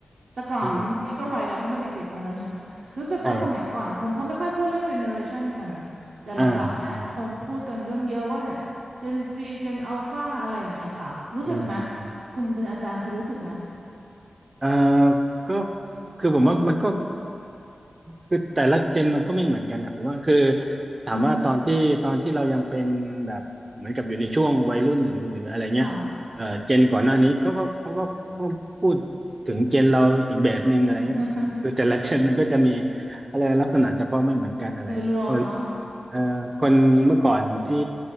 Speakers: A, on the right (about 85°); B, on the right (about 35°).
A: แต่ก่อนนี้นี่ก็วัยเราก็ไม่เด็กๆกันแล้วใช่ไหมรู้สึกว่าสมัยก่อนคนก็ไม่ค่อยพูดเรื่อง
B: อืมใช่
A: generation กัน
B: <laughs>
A: แต่หลังๆเนี่ยคนพูดกันเรื่องเยอะว่าเนี่ย
B: อ่าอ่า
A: Gen Z Gen Alpha อะไรอย่างเงี้ยค่ะรู้สึกไหม
B: อืมอืม
A: คุณเป็นอาจารย์คุณรู้สึกไหม
B: เอ่อก็คือผมว่ามันก็คือแต่ละเจนมันก็ไม่เหมือนกันนะผมว่าคือถามว่าตอนที่ตอนที่เรายังเป็นแบบเหมือนกับอยู่ในช่วงวัยรุ่นหรือหรืออะไรเงี้ยเอ่อเจนก่อนหน้านี้ก็ก็เขาก็เขาก็พูด
A: อือฮึค่ะ
B: ถึงเจนเราอีกแบบหนึ่งอะไรเงี้ยเออคือแต่ละเจนมันก็จะมี
A: <laughs>
B: อะไรลักษณะเฉพาะไม่เหมือนกันอะไรเออคน
A: โดยรวมเนาะ
B: เอ่อคนเมื่อก่อนที่